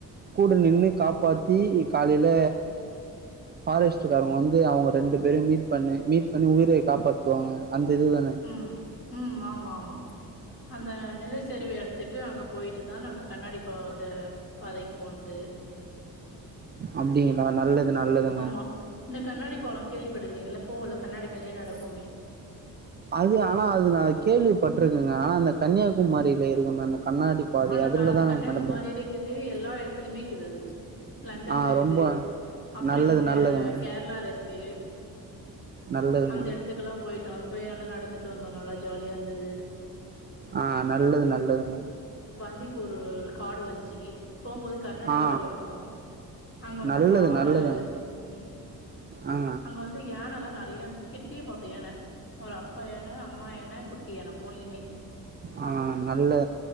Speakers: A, on the right; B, on the left.
A: கூட நின்று காப்பாத்தி காலையில பாரஸ்டாரங்க வந்துங்கண்டு பே மீட் பண்ண மீ்ண்ண உயிர காப்பாத்துவாங்க அந்த இதுதானே
B: ம் ம் ஆமா ஆமா அந்த நிலச்சரிவு இடத்துக்கு அங்கே போயிட்டு தான் அங்க கண்ணாடி பாத பாதைக்கு போனது
A: அப்டிங்களா நல்லது நல்லதுங்க
B: ஆமா இந்த கண்ணாடி போலாம் கேள்விப்பட்டுக்கிறீங்கள போ உள்ள கண்ணாடி மேலே நட இருக்கோமே
A: அது ஆனா அது நா கேள்விப்பட்டுருக்குங்க ஆனா அந்த கன்னியாகுமாரில இருக்கு அந்த கண்ணாடி பாதை
B: ஆனக்கா
A: அதுலதா
B: அது
A: நாங்க
B: கன்னியாகுமாரில
A: நடந்திருக்கோ
B: இருக்குது எல்லாம் எடுத் துலமேக்குறது லண்டன்ல
A: ஆ
B: இரக்குது
A: ரொம்ப
B: அப்பறம்
A: நல்லது
B: இங்க
A: நல்லதுங்க
B: கேரளலா இருக்கு
A: நல்லதுங்க
B: அந்த இடத்துக்கு எல்லாம் போயிட்டோம் அந்த போய எல்லாம் நடந்துட்டு வந்தோம் நல்லா ஜாலியா இருந்தது
A: ஆஹ் நல்லது நல்லதுங்க
B: வந்திப் ஒரு காடு வந்ச்சு போம்போது கர்நாடகா
A: ஆ
B: வழியா போனே அங்க வந்து
A: நல்லது
B: காரு
A: நல்லதுங்க
B: உம்
A: ஆ
B: அங்க வந்து யானல்லாம் ந ய இந்து கிட்டிய பாத்தே யான ஒரு அப்பா யான அம்மா யான குட்டியான மூனையுமே
A: ஆஹ் நல்ல